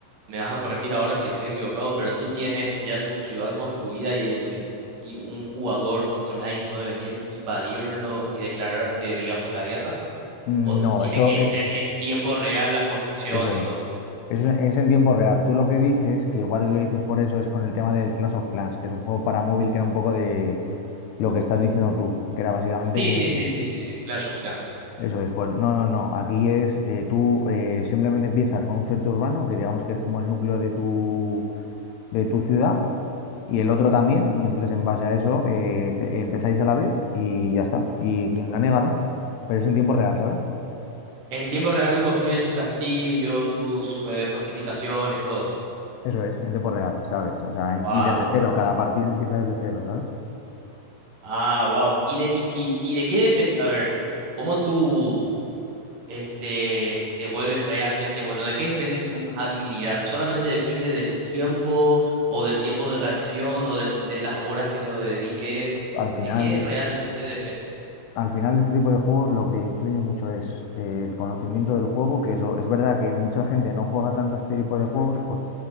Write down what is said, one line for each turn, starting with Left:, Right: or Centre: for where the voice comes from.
Right: me vas a corregir ahora si estoy equivocado, pero tú tienes ya tu ciudad construida y el y un jugador online puede venir, invadirlo y declararte, digamos, la guerra.
Left: No,
Right: O tú- tiene
Left: eso,
Right: que
Left: e-
Right: ser en tiempo real la construcción
Left: eso es.
Right: y todo eso.
Left: Eso es es en tiempo real. Tú lo que dices, que igual lo dices por eso, es con el tema del Clash of Clans, que es un juego para móvil que era un poco de lo que estás diciendo tú, que era básicamente
Right: Sí,
Left: que
Right: sí, sí, sí, sí, sí. Clash of Clans. creo.
Left: Eso es, pues no, no, no. Aquí es, eh, tú eh, simplemente empiezas con un centro urbano, que digamos que es como el núcleo de tu, de tu ciudad, y el otro también, y entonces en base a eso eh, te- empezáis a la vez y ya está. Y quien gane, ganó. Pero es en tiempo real, ¿sabes?
Right: En tiempo real construye tus castillos, tus eh, fortificaciones, todo.
Left: Eso es, en tiempo real, ¿sabes? O sea, en-
Right: Ah,
Left: y desde cero, cada partido empieza desde cero, ¿sabes?
Right: ah, wow. ¿Y de, y, qué- y de qué depende? A ver, ¿cómo tú? este, te vuelves realmente bueno. ¿De qué depende tu habilidad? Solamente depende del tiempo o del tiempo de reacción o del- de las horas que lo dediques.
Left: Al final,
Right: ¿De qué Claro. realmente depende?
Left: al final este tipo de juegos lo que influye mucho es eh, el conocimiento del juego, que eso es verdad que mucha gente no juega tanto este tipo de juegos por,